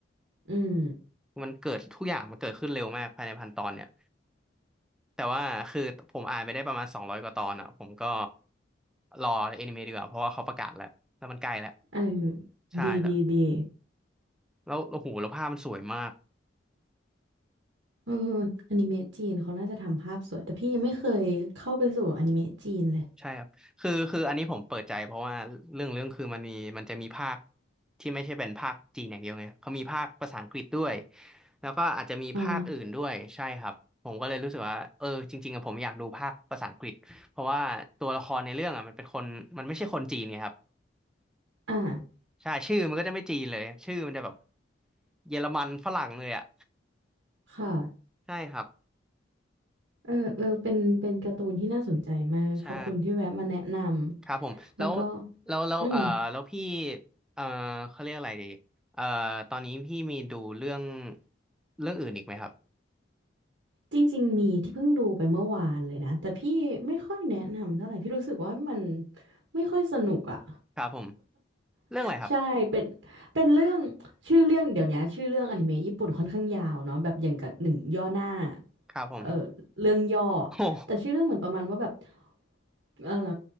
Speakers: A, on the right (about 75°); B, in the centre.
A: อืม
B: มันเกิดทุกอย่างมันเกิดขึ้นเร็วมากภายในพันตอนเนี่ยแต่ว่าคือผมอ่านไปได้ประมาณสองร้อยกว่าตอนอ่ะผมก็รอแอนิเมะดีกว่าเพราะว่าเขาประกาศแล้วแล้วมันใกล้แล้ว
A: เออ
B: ใช่แล้ว
A: ดีดีดี
B: แล้วโอ้โหแล้วภาพมันสวยมาก
A: เอออนิเมะจีนเขาน่าจะทำภาพสวยแต่พี่ยังไม่เคยเข้าไปสู่อนิเมะจีนเลย
B: ใช่ครับคือคืออันนี้ผมเปิดใจเพราะว่าเรื่องเรื่องคือมันมีมันจะมีภาคที่ไม่ใช่เป็นภาคจีนอย่างเดียวไงเขามีภาคภาษาอังกฤษด้วย แล้วก็อาจจะมีภาคอื่นด้วยใช่ครับ
A: อ๋อ
B: ผมก็เลยรู้สึกว่าเออจริงๆอะผมอยากดูภาคภาษาอังกฤษเพราะว่าตัวละครในเรื่องอะมันเป็นคนมันไม่ใช่คนจีนไงครับ
A: อ่า
B: ใช่ชื่อมันก็จะไม่จีนเลยชื่อมันจะแบบเยอรมันฝรั่งเลยอะ
A: ค่ะ
B: ใช่ครับ
A: เออเออเป็นเป็นการ์ตูนที่น่าสนใจมากขอบคุณที่แวะมาแนะน
B: ใช่ ครับผมแล้ว
A: ำแล้วก็
B: แล้วแล้วเอ่อแล้วพี่
A: อืม
B: เอ่อเขาเรียกอะไรดีเอ่อตอนนี้พี่มีดูเรื่องเรื่องอื่นอีกไหมครับ
A: จริงๆมีที่เพิ่งดูไปเมื่อวานเลยนะแต่พี่ไม่ค่อยแนะนำเท่าไหร่พี่รู้สึกว่ามันไม่ค่อยสนุกอ่ะ
B: ครับผมเรื่องอะไรครับ
A: <laughs> ใช่เป็นเป็นเรื่องชื่อเรื่องเดี๋ยวนี้ชื่อเรื่องอนิเมะญี่ปุ่นค่อนข้างยาวเนาะแบบอย่างกับหนึ่งย่อหน้า
B: ครับผม
A: เออเรื่องย่อ
B: โอ้
A: แต่ชื่อเรื่องเหมือนประมาณว่าแบบ เอะไร